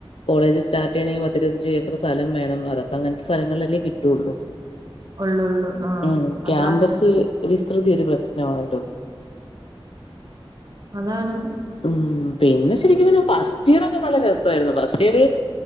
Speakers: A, on the left; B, on the right.
A: കോളേജ് സ്റ്റാർട്ട ചെയണെങ്കിൽ പത്തി അഞ്ചു ഏക്കർ സ്ഥലം വേണം അതൊക്കെ അങ്ങനത്തെ സ്ഥലങ്ങളിലല്ലേ കിട്ടുള്ളൂ
B: ഉള്ളൊള്ളു ആഹ്
A: ഉം ക്യാമ്പസ്
B: അതാണ്
A: വിസ്തൃതിഒരു പ്രശ്നമാണട്ടോ
B: അതാണ്
A: ഉം പിന്നെ ശരിക്കും പറഞ്ഞെ ഫസ്റ്റ് ഇയർ ഒക്കെനല്ല രസമായിരുന്നു ഫസ്റ്റ് ഇയർ